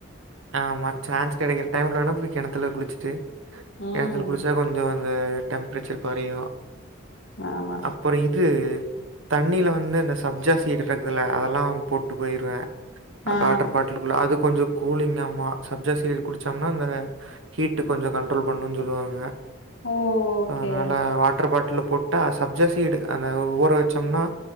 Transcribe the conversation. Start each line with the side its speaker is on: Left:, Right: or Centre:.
Right: ஆமா சான்ஸ் கெடைக்கற டைம்ல வேணா போய் கெணத்துல குளிச்சுட்டு
Left: ம்.
Right: கெணத்துல குளிச்சா கொஞ்சோ அது டெம்ப்ரேச்சர் கொறையு
Left: ஆமா
Right: அப்பறோ இது தண்ணீல வந்து இந்த சப்ஜா சிடுருகுதுல்ல அதல்லா போட்டு போயிருவ
Left: ஆ.
Right: வாட்டர் பாட்டுலுக்குள்ள அது கொஞ்சோ கூலிங்காமா சப்ஜா சீட் குடிச்சம்ன்னா அந்த ஹீட்டு கொஞ்சோ கண்ட்ரோல் பண்ணுன் சொல்லுவாங்க
Left: ஓ! okay.
Right: So அதனால வாட்டர் பாட்டுல்ல போட் டா சப்ஜா சீடு அந்த ஊற வச்சம்ன்னா